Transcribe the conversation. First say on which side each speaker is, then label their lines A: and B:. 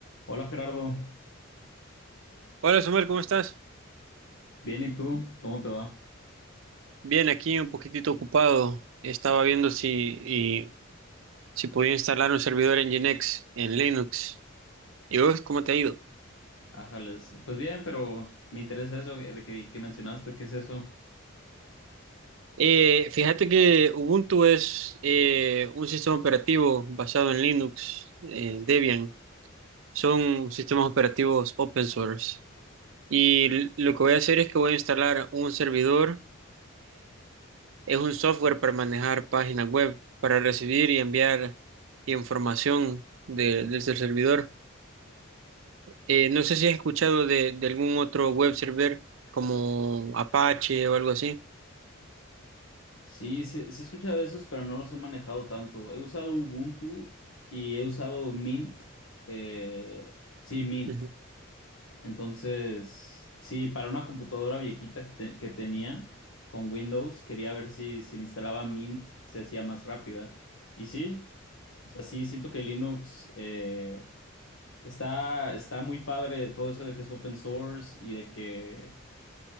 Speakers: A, on the left; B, on the right.
A: Hola Gerardo,
B: Hola, Somer, ¿cómo estás?
A: bien y tú, ¿cómo te va?
B: Bien, aquí un poquitito ocupado. Estaba viendo si, y- si podía instalar un servidor en Nginx, en Linux. ¿Y vos, cómo te ha ido?
A: Ájales, pues bien, pero me interesa eso que- de que, que mencionaste, ¿qué es eso?
B: Eh, fíjate que Ubuntu es eh, un sistema operativo basado en Linux, en Debian. Son sistemas operativos open source. Y l- lo que voy a hacer es que voy a instalar un servidor Es un software para manejar páginas web, para recibir y enviar información de- desde el servidor. Eh, no sé si has escuchado de, de algún otro web server como Apache o algo así.
A: Sí, sí, sí he escuchado de esos, pero no los he manejado tanto. He usado Ubuntu y he usado Mint, eh, sí, Mint.
B: Ujú.
A: Entonces, sí, para una computadora viejita que, te- que tenía con Windows, quería ver si, si le instalaba Mint se hacía más rápida. Y sí, o sea, sí, siento que Linux... eh, Está, está muy padre todo eso de que es open source y de que,